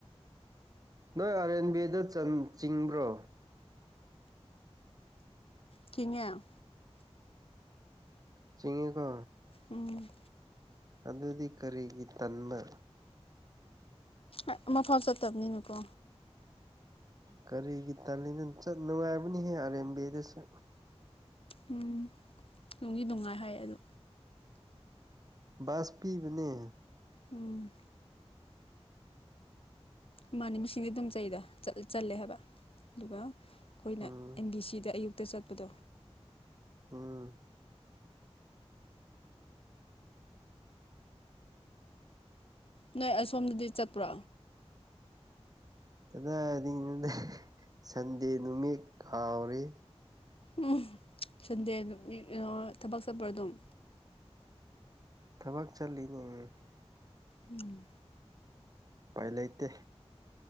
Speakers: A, on the right; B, on the left.
A: ꯅꯣꯏ ꯑꯥꯔ ꯑꯦꯟ ꯕꯦꯗ ꯆꯟ ꯆꯤꯡꯕ꯭ꯔꯣ
B: ꯆꯤꯡꯉꯦ
A: ꯆꯤꯡꯉꯤꯀꯣ
B: ꯎꯝ
A: ꯑꯗꯨꯗꯤ ꯀꯔꯤꯒꯤ ꯇꯟꯕ
B: ꯑꯩ ꯑꯃꯐꯥꯎ ꯆꯠꯇꯕꯅꯤꯅꯀꯣ
A: ꯀꯔꯤꯒꯤ ꯇꯥꯂꯤꯅ ꯆꯠ ꯅꯨꯡꯉꯥꯏꯕꯅꯤꯍꯦ ꯑꯥꯔ ꯑꯦꯝ ꯕꯤ ꯗꯁꯨ
B: ꯎꯝ ꯅꯨꯡꯗꯤ ꯅꯨꯡꯉꯥꯏ ꯍꯥꯏ ꯑꯗꯣ
A: ꯕꯁ ꯄꯤꯕꯅꯦ
B: ꯎꯝ ꯏꯃꯥꯅꯦ ꯃꯤꯁꯤꯡꯗꯤ ꯑꯗꯨꯝ ꯆꯩꯗ ꯆꯜꯂꯦ ꯍꯥꯏꯕ ꯑꯗꯨꯒ <unintelligible> ꯈꯣꯏꯅ
A: ꯎꯝ
B: ꯑꯦꯝ ꯕꯤ ꯁꯤꯗ ꯑꯌꯨꯛꯇ ꯆꯠꯄꯗꯣ
A: ꯎꯝ
B: ꯅꯣꯏ ꯑꯁꯣꯝꯗꯗꯤ ꯆꯠꯄ꯭ꯔꯣ
A: ꯀꯗꯥꯏꯗꯩꯅꯣ ꯁꯟꯗꯦ ꯅꯨꯃꯤꯠ ꯀꯥꯎꯔꯦ
B: ꯎꯝ ꯁꯟꯗꯦ ꯅꯨꯃꯤꯠ <unintelligible> ꯊꯕꯛ ꯆꯠꯄ‌ꯔꯣ ꯑꯗꯨꯝ
A: ꯊꯕꯛ ꯆꯠꯂꯤꯅꯦ <unintelligible>
B: ꯎꯝ <unintelligible>
A: ꯄꯥꯏ ꯂꯩꯇꯦ